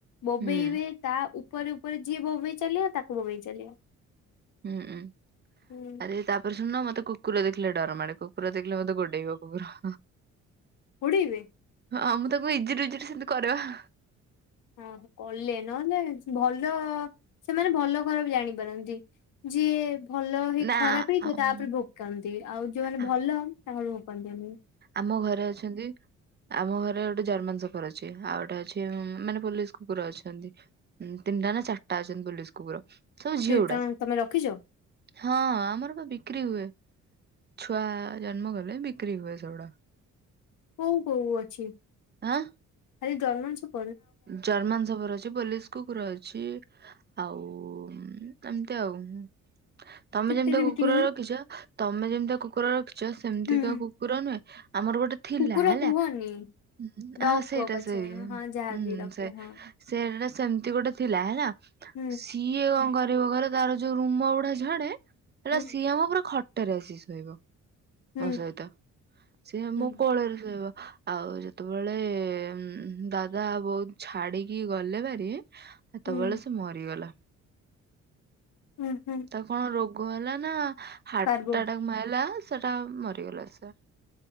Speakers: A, on the left (about 85°); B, on the right (about 35°).
A: ବୋବେଇବେ
B: ହୁଁ
A: ତା ଉପ ଉପରେ ଉପରେ ଯିଏ ବୋବେଇ ଚାଲିବ ତାକୁ ବୋବେଇ ଚାଲିବ।
B: ହୁଁ, ଉଁ,
A: ଉଁ
B: ଆରେ ତାପରେ ଶୁଣନ ମତେ ମତେ କୁକୁର ଦେଖିଲେ ଡରମାଡେ, କୁକୁର ଦେଖିଲେ ମତେ ଗୋଡେଇବ କୁକୁର।
A: ହୁଡ଼ିିବି।
B: ହଁ ମୁଁ ତାକୁ ଇଜିରେ ଇଜିରେ ସେମତି କରେ ବା।
A: ହଁ କଲେ ନହେଲେ ଭଲ ସେମାନେ ଭଲ, ଖରାପ ଜାଣିପାରନ୍ତି। ଯିଏ ଭଲ ହେଇ
B: ନା
A: ଖରାପ ହେଇଥିବ
B: ଆମ୍,
A: ତାପରେ ଭୋକନ୍ତି ଆଉ ଯୋଉମାନେ
B: ଆମ୍,
A: ଭଲ ତଳୁ ଉପନ୍ତି। <unintelligible>
B: ଆମ ଘରେ ଅଛନ୍ତି, ଆମ ଘରେ ଗୋଟେ ଜର୍ମାନ ସଫର ଅଛି ଆଉ ଗୋଟେ ଅଛି ମାନେ ପୋଲିସ କୁକୁର ଅଛନ୍ତି ତିନିଟା ନା ଚାରିଟା ଅଛନ୍ତି ପୋଲିସ କୁକୁର। ସବୁ ଝିଅ ଗୁଡା
A: କଣ ତମେ ରଖିଛ
B: ହଁ ଆମର ବା ବିକ୍ରି ହୁଏ। ଛୁଆ ଜନ୍ମ କଲେ ବିକ୍ରି ହୁଏ। ସେଉଡ଼ା।
A: କଣ କରୁବୁ ଅଛି?
B: ହାଁ
A: ଆରେ ଜର୍ମାନ ସବୁ
B: ଜର୍ମାନ ସଫର୍ ଅଛି। ପୋଲିସ କୁକୁର ଅଛି। ଆଉ ମ୍ ଏମତି ଆଉ ଉହୁଁ। ତମେ
A: କେତେରେ
B: ଯେମିତିଆ କୁକୁର
A: ବିକ୍ରି ହୁଏ
B: ରଖିଛ ତମେ ଯେମିତିଆ କୁକୁର ରଖିଛ ସେମତିକା
A: ହୁଁ
B: କୁକୁର ନୁହେଁ ଆମର ଗୋଟେ ଥିଲା
A: କୁକୁର
B: ହେଲା।
A: କୁହନି।
B: ଉହୁଁ
A: ଡଗ୍
B: ହଁ ସେଇଟା
A: କୁହ ପଛେ
B: ସେଇ ଉଁ
A: ହଁ ଯାହାବି
B: ହୁଁ
A: ରଖିଲେ
B: ସେ
A: ହଁ
B: ସେ ସେଟା ସେମତି ଗୋଟେ ଥିଲା ହେଲା
A: ହୁଁ
B: ସିଏ କଣ କର୍ ଯୋଉ ଘରେ ତାର ଯୋଉ ରୁମ ଗୁଡା ଝଡେ ହେଲା
A: ହୁଁ
B: ସିଏ ଆମ ପୁରା ଖଟ୍ ଟରେ ଆସି ଶୋଇବ।
A: ହୁଁ।
B: ମୋ ସହିତ ସିଏ
A: ହୁଁ
B: ମୋ କୋଳରେ ଶୋଇବ। ଆଉ ଯେତବେଳେ ଉଁ ଦା ଦାଦା ବୋଉତ୍ ଛାଡିକି ଗଲେ ଭାରି ହେତବେଳେ
A: ହୁଁ
B: ସିଏ ମରିଗଲା।
A: ହୁଁ ହୁଁ
B: ତାକୁ କଣ ରୋଗ୍ ଗ ହେଲା ନା? ହାର୍ଟ
A: ପାର୍ବୋ
B: ଆଟାକ ମାଇଲା। ସେଟା ମରିଗଲା ସେ।